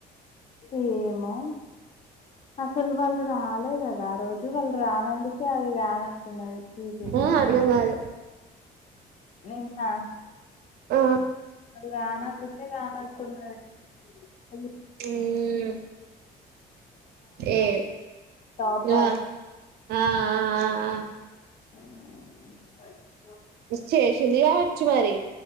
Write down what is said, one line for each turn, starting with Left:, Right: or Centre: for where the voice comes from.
Left: ఏమో అసలు వాళ్ళు రాలే క వారోలి <unintelligible> వాళ్ళు రానందుకే అది కానట్టున్నది పిపిటి
Right: ఆ అర్ధం కాదు
Left: నిన్న
Right: ఆ
Left: వాళ్ళు రానందుకే రానాట్టున్నది అందుకే కదా
Right: మ్మ్ ఏ
Left: టాపర్
Right: గా ఆఆ ఆ ఆ
Left: <inaudible>
Right: చేసింది కావచ్చు మరి